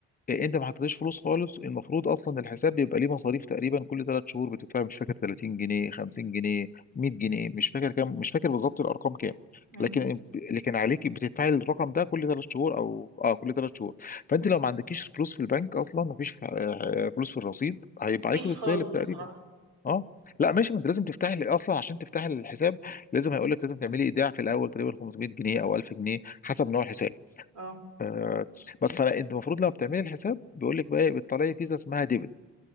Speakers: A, on the left; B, on the right.
A: إيه، انت ما حطيتش فلوس خالص المفروض اصلا الحساب بيبقى ليه مصاريف تقريبا كل ثلاث شهور بتدفع مش فاكر 30 جنيه 50 جنيه 100 جنيه مش فاكر كام مش فاكر بالظبط الارقام كام
B: مم.
A: لكن لكن عليك بتدفعي الرقم ده كل ثلاث شهور او اه كل ثلاث شهور فانت لو ما عندكيش فلوس في البنك اصلا ما فيش آه، آه، فلوس في الرصيد هيبقى عليك
B: مفيش
A: بالسالب
B: خالص
A: تقريبا
B: بصراحة
A: اه لا ماشي ما انت لازم تفتحي اصلا عشان تفتحي الحساب لازم هيقول لك لازم تعملي ايداع في الاول تقريبا 500 جنيه او 1000 جنيه حسب نوع الحساب
B: اه
A: آه، بس فانت المفروض لما بتعملي الحساب بيقول لك بقى إيه، بتطلعي فيزا اسمها ديبت